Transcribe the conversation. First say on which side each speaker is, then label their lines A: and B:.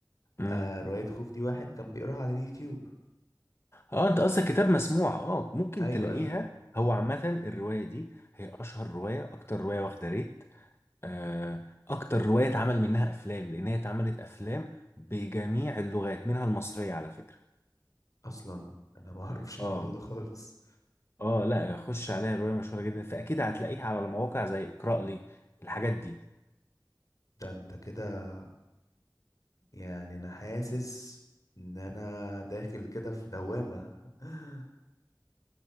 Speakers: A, on the left (about 35°); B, on the left (about 50°).
A: امم
B: آه رواية خوف دي واحد كان بيقراها على اليوتيوب
A: اه انت قصدك كتاب مسموع اه ممكن
B: ايوه
A: تلاقيها
B: ايوه
A: هو عامة الرواية دي هي اشهر رواية اكتر رواية واخدة ريت آه، اكتر رواية اتعمل منها افلام لان هي اتعملت افلام بجميع اللغات منها المصرية على فكرة
B: اصلا انا ما <laughs> اعرفش الموضوع
A: اه
B: ده خالص
A: اه لا خش عليها روايه مشهوره جدا فاكيد هتلاقيها على المواقع زي اقرا لي الحاجات دي
B: ده انت كده يعني انا حاسس ان انا داخل كده في دوامة <laughs>